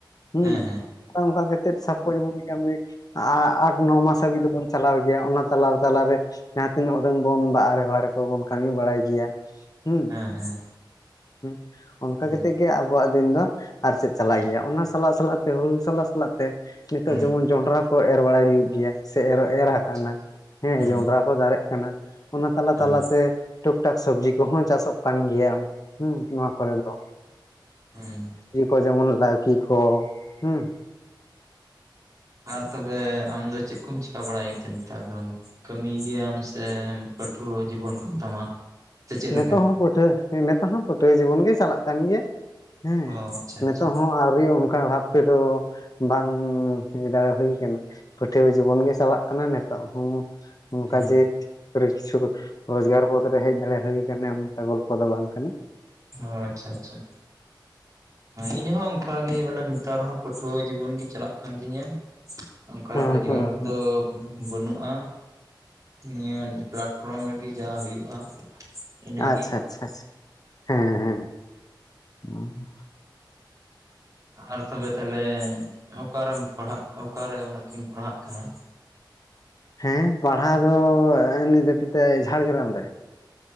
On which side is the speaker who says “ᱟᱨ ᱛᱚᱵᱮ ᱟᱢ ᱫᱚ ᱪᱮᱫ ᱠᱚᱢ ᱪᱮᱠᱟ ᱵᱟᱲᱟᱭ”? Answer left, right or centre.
Right